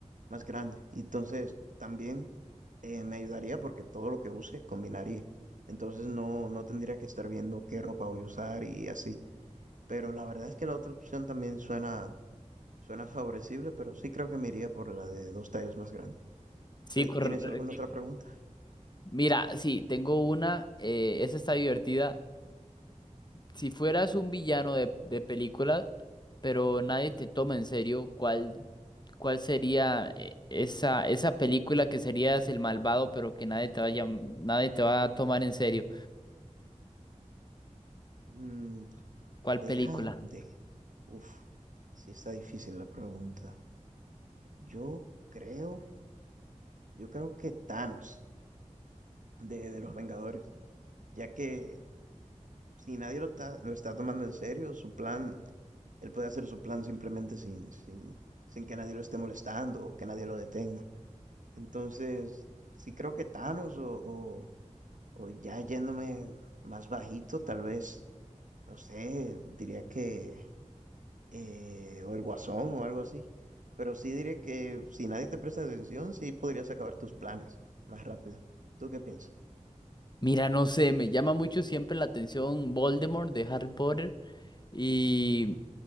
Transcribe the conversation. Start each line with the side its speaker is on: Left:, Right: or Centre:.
Right: más grande. Y entonces también eh, me ayudaría porque todo lo que use combinaría. Entonces no, no tendría que estar viendo qué ropa voy a usar y así. Pero la verdad es que la otra opción también suena, suena favorecible, pero sí creo que me iría por la de dos tallas más grande.
Left: Sí,
Right: ¿Tú
Left: correcto.
Right: ¿Tienes alguna Sí, otra claro. pregunta?
Left: Mira, sí, tengo una, eh, esa está divertida. Si fueras un villano de, de película, pero nadie te toma en serio, ¿cuál, cuál sería eh, esa, esa película que serías el malvado, pero que nadie te vaya, nadie te va a tomar en serio?
Right: Mm,
Left: ¿Cuál
Right: deja
Left: película?
Right: de... Uf, sí está difícil la pregunta. Yo creo, yo creo que Thanos de, de los Vengadores, ya que si nadie lo está, lo está tomando en serio, su plan, él puede hacer su plan simplemente sin, sin, sin que nadie lo esté molestando o que nadie lo detenga. Entonces, sí creo que Thanos o, o, o ya yéndome más bajito, tal vez, no sé, diría que, eh, o el Guasón o algo así. Pero sí diría que si nadie te presta atención, sí podrías acabar tus planes más rápido. ¿Tú qué piensas?
Left: Mira, no sé, me llama mucho siempre la atención Voldemort de Harry Potter y